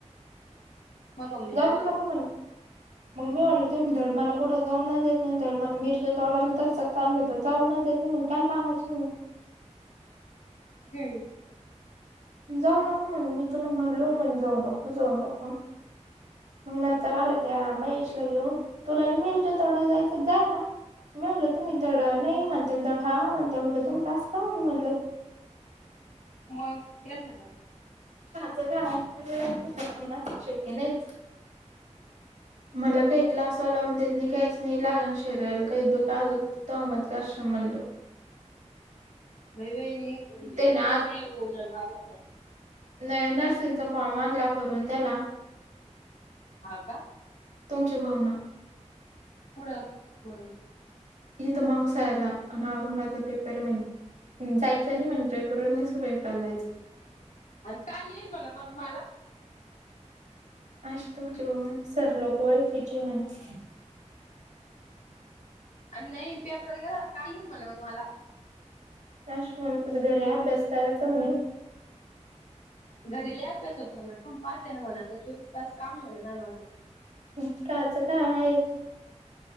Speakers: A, on the left; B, on the right.
A: मग मम्मीने
B: जाऊस
A: आणला
B: नको
A: होता
B: म्हणे
A: काल.
B: मग मी म्हटल ते धडमाला कुठ जाऊन नाही देत नाही धड मला मिरच्या तोडायला तर जस चालले तर जाऊन नाही देत नाही म्हण काय कामाची
A: काय
B: जाऊ नको म्हणे मी तुला म्हणलो म्हणे जाऊ नको जाऊ नको मग नंतर आला त्या महेशला घेऊन तुला लई मिरच्या तोडायला जायचं जाय ना म्हणलं तुम्ही ड नाही म्हणता ड हा म्हणते म्हणलं तुम जास् का म्हण म्हणलं
A: मग गेलत का.
B: खाचं काय <unintelligible> शेवटी नाहीच. मला काही क्लासल लावून देत नाही काहीच नाही लागणार शरीराला काही दोका तोमत कश म्हणलो.
A: बई बईणी म्हणजे
B: ते ना
A: नाही होणार माझ्यासन.
B: नाही नर्सिंगचा फॉर्म आणला भरून त्याला.
A: हा का!
B: तुमच्या भावन.
A: पुढं म्हणून.
B: इथ माउसयला आणि आर बादला पेपर मनी हम्म जायचं नाही म्हणतय करून मीच पेपरला जायचं.
A: आणि काय येईल म्हणा मग मला?
B: आज तुमचे बघून सर लोक वळख्यायचे म्हणे.
A: आणि नाही पेपरवर गेला काही येईन म्हणा मग मला!
B: काश कोणी घरी अभ्यास करायचा होणे.
A: घरीला अभ्यास होत म्हला तूम पाहते ना म्हणा आता चोवीस तास काम म्हला नाही माझं.
B: त्याचं काय आहे.